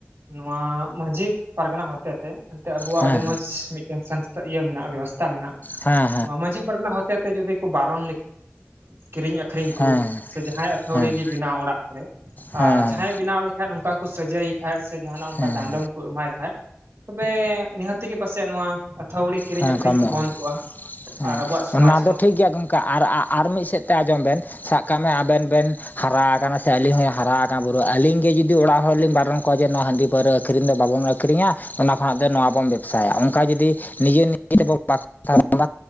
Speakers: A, on the right; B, on the left.
A: ᱱᱚᱣᱟ ᱢᱟᱹᱡᱷᱤ ᱯᱟᱨᱜᱟᱱᱟ ᱦᱚᱛᱮ ᱛᱮ ᱮᱱᱛᱮ ᱟᱵᱩᱣᱟᱜ
B: ᱦᱮᱸ
A: ᱟᱹᱰᱤ ᱢᱚᱸᱡᱽ ᱢᱤᱫᱴᱮᱱ ᱥᱟᱝᱥᱛᱷᱟ ᱤᱭᱟᱹ ᱢᱮᱱᱟᱜᱼᱟ ᱵᱮᱵᱚᱥᱛᱛᱟ ᱢᱮᱱᱟᱜᱼᱟ
B: ᱦᱮᱸ ᱦᱮᱸ ᱦᱮᱸ
A: ᱱᱚᱣᱟ ᱢᱟᱺᱡᱷᱤ ᱯᱟᱨᱟ ᱨᱮᱱᱟᱜ ᱦᱚ <inaudible> ᱛᱮ ᱡᱩᱫᱤ ᱠᱚ ᱵᱟᱨᱚᱱ ᱞᱮᱠᱷᱟᱱ ᱠᱤᱨᱤᱧ ᱟᱹᱠᱷᱨᱤᱧ
B: ᱦᱮᱸ
A: ᱠᱚ ᱡᱟᱦᱟᱸᱭ ᱟᱹᱛᱷᱟᱹᱣᱲᱤ
B: ᱦᱮᱸ
A: ᱜᱮ ᱵᱮᱱᱟᱣ ᱚᱲᱟᱜ ᱠᱚᱨᱮ
B: ᱦᱮᱸ
A: ᱟᱨ ᱡᱟᱦᱟᱸᱭ ᱵᱮᱱᱟᱣ ᱞᱮᱠᱷᱟᱡ ᱱᱚᱝᱠᱟ ᱠᱚ ᱥᱟᱡᱟᱹᱭᱮ ᱠᱷᱟᱡ ᱥᱮ ᱡᱟᱦᱟᱱᱟᱜ ᱚᱱᱠᱟ
B: ᱦᱮᱸ
A: ᱰᱟᱸᱰᱚᱢ
B: ᱦᱮᱸ
A: ᱠᱚ ᱮᱢᱟᱭ ᱠᱷᱟ ᱛᱚᱵᱮ ᱱᱤᱦᱟᱹᱛᱜᱮ ᱯᱟᱥᱮᱡᱭᱟᱜ ᱱᱚᱣᱟ ᱟᱛᱷᱟᱣᱲᱤ ᱠᱤᱨᱤᱧ
B: ᱦᱮᱸ
A: ᱟᱹᱠᱷᱨᱤᱧ
B: ᱠᱚᱢᱚᱜᱼᱟ
A: ᱠᱚ ᱵᱚᱱᱫ ᱠᱚᱣᱟ
B: ᱦᱮᱸ
A: ᱟᱨ ᱟᱵᱚᱣᱟᱜ ᱥᱚᱢᱟᱡ
B: ᱚᱱᱟ ᱫᱚ ᱴᱷᱤᱠ ᱜᱮᱭᱟ ᱜᱚᱢᱠᱮ ᱟᱨ ᱟᱨ ᱢᱤᱫ ᱥᱮᱫ ᱛᱮ ᱟᱸᱡᱚᱢ ᱵᱮᱱ ᱥᱟᱵ ᱠᱟᱜ ᱢᱮ ᱟᱵᱮᱱ ᱵᱮᱱ ᱦᱟᱨᱟ ᱟᱠᱟᱱᱟ ᱥᱮ ᱟᱹᱞᱤᱧ ᱦᱚᱧ ᱦᱟᱨᱟᱠ ᱵᱩᱨᱩ ᱟᱹᱞᱤᱧ ᱜᱮ ᱡᱩᱫᱤ ᱚᱲᱟᱜ ᱦᱚᱲᱞᱤᱧ ᱵᱟᱨᱚᱱ ᱠᱚ ᱡᱮ ᱱᱚᱣᱟ ᱦᱟᱺᱰᱤ ᱯᱟᱹᱣᱨᱟᱹ ᱟᱹᱠᱷᱨᱤᱧ ᱫᱚ ᱵᱟᱵᱚᱱ ᱟᱹᱠᱷᱨᱤᱧᱟ ᱚᱱᱟ ᱠᱷᱚᱱᱟᱜ ᱫᱚ ᱱᱚᱣᱟ ᱵᱚᱱ ᱵᱮᱵᱽᱥᱟᱭᱟ ᱚᱱᱠᱟ ᱡᱩᱫᱤ ᱱᱤᱡᱮ ᱱᱤᱡᱮ